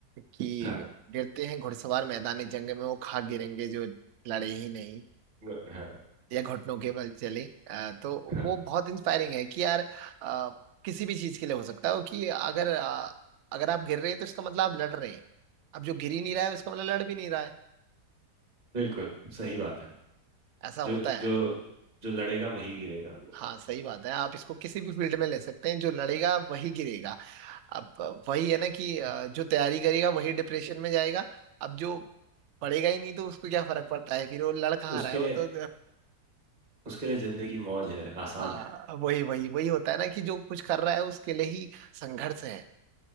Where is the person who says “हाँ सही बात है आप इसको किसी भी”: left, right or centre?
Right